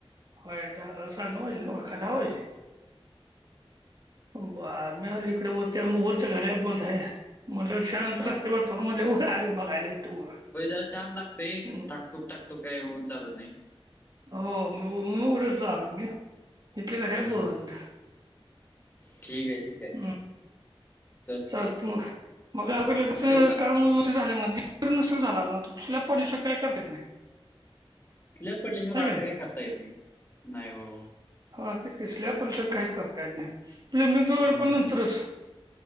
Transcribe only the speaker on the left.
हा
हा
हा
होय जरा शांत लागतंय
ठाकठुक ठाकठुक काय होऊन चालत नाही.
हा
ठीक आहे ठीक
आहे चालतंय
ठेवू का
स्लॅप पडल्याशिवाय
आतलं
काही करता येत नाही नाही हो
हम्म.